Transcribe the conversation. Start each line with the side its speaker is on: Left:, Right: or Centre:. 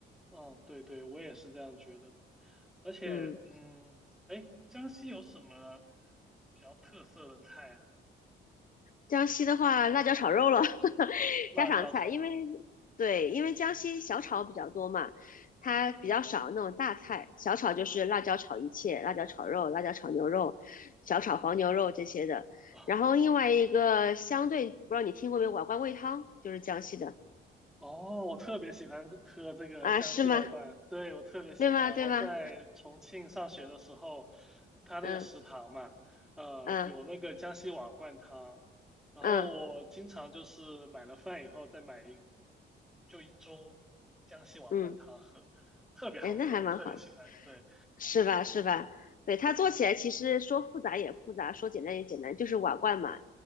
Centre: 嗯，对对，我也是这样觉得的。而且，
Left: 嗯，
Centre: 嗯，哎，江西有什么比较特色的菜啊？
Left: 江西的话，辣椒炒肉了，<laughs>
Centre: 辣椒炒肉。
Left: 家常菜。因为对，因为江西小炒比较多嘛，它比较少那种大菜。小炒就是辣椒炒一切，辣椒炒肉、辣椒炒牛肉、小炒黄牛肉这些的。
Centre: <laughs>
Left: 然后另外一个相对，不知道你听过没有，瓦罐煨汤就是江西的
Centre: 哦，我特别喜欢喝这个江西瓦罐，
Left: 啊，是吗？
Centre: 对，我特别喜欢。
Left: 对吗？对吗？
Centre: 我在重庆上学的时候，他那个食堂嘛，
Left: 嗯
Centre: 呃，
Left: 嗯
Centre: 有那个江西瓦罐汤，然后我经常就是买了饭以后再买一
Left: 嗯
Centre: 就一盅江西瓦罐汤喝，
Left: 嗯，
Centre: 特别好喝，
Left: 哎，那还蛮好的。
Centre: 我特别喜欢。对，
Left: 是吧？是吧？对，它做起来其实说复杂也复杂，说简单也简单，就是瓦罐嘛。